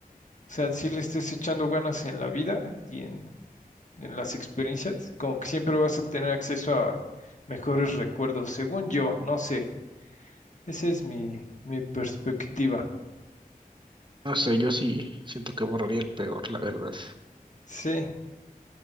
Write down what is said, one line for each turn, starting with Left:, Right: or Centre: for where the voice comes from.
Left: O sea, si le estés echando ganas en la vida y en, en las experiencias, como que siempre vas a tener acceso a mejores recuerdos, según yo, no sé. Esa es mi, mi perspectiva.
Right: No sé, yo sí siento que borraría el peor, la verdad.
Left: Sí,